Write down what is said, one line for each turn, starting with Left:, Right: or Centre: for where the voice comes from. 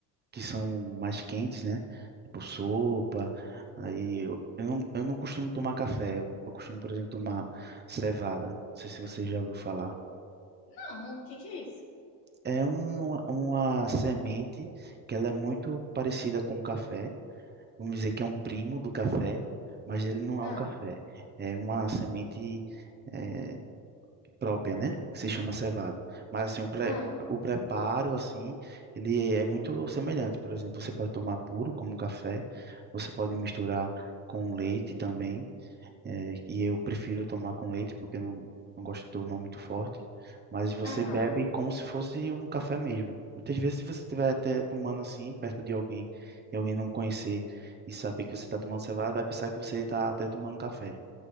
Right: que são mais quentes, né, tipo sopa, aí eu, eu não, eu não costumo tomar café, eu, eu costumo, por exemplo, tomar cevada. Não sei se você já ouviu falar.
Left: Não, o que que é isso?
Right: É um, uma semente que ela é muito parecida com o café. Vamos dizer que é um primo do café, mas ele não
Left: Ah,
Right: é um café. É uma semente eh, própria, né? Que se chama cevada. Mas assim, o, pre,
Left: ah,
Right: o preparo, assim, ele é muito semelhante. Por exemplo, você pode tomar puro como café. Você pode misturar com leite também. É, e eu prefiro tomar com leite, porque eu não, não gosto de tomar muito forte. Mas você
Left: aham.
Right: bebe como se fosse um café mesmo. Muitas vezes, se você estiver até tomando assim, perto de alguém, e alguém não conhecer e saber que você está tomando cevada, vai pensar que você está até tomando café.